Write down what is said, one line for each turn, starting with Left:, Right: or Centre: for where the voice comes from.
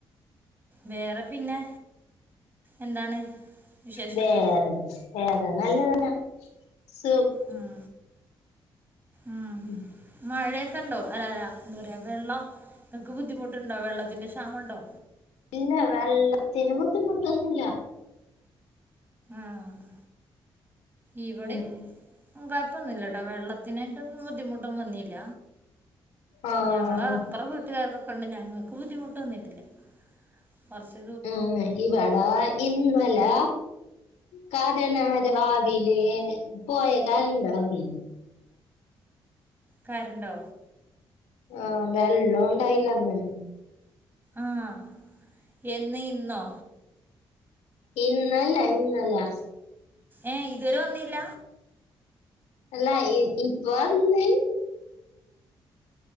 Right: വേറെ പിന്നെ എന്താണ്? വിശേഷമൊക്കെ
Left: വേറെ വേറെ നല്ലതന്നാ സു
Right: ഉം ഉം
Left: ഉം
Right: മഴയൊക്കെ ഉണ്ടോ അല അലഎന്താ പറയാ വെള്ളം. നിങ്ങക്ക് ബുദ്ധിമുട്ടുണ്ടോ വെള്ളത്തിന്റെ ക്ഷാമണ്ടോ?
Left: ഇല്ല വെള്ളത്തിന് ബുദ്ധിമുട്ടൊന്നുല്ല.
Right: ആഹ് ഇവിടേം
Left: ഉം
Right: കൊഴപ്പൊന്നുല്ലട്ടോ വെള്ളത്തിനായിട്ടൊന്നും ബുദ്ധിമുട്ടൊന്നും വന്നില്ല.
Left: ആഹ്
Right: ഞങ്ങള് അപ്പറ വീട്ടുകാർ കൊക്കെ ഉണ്ട് ഞങ്ങൾക്ക് ബുദ്ധിമുട്ട് വന്നിട്ടില്ല കുറച്ച.
Left: ഉം ഇവിടാ ഇന്നലെ. കാരണം അത് രാവില്ലേ പോയത കറണ്ടർഞ്ഞ്
Right: കരണ്ടോ?
Left: ആഹ വെള്ളം. ഉണ്ടായില്ലന്ന്
Right: ആഹ് എന്ന് ഇന്നോ?
Left: ഇന്നല്ല ഇന്നലെ.
Right: ഏ ഇതുവരെ വന്നില്ല.
Left: അല്ലാ ഇപ്പ വന്ന്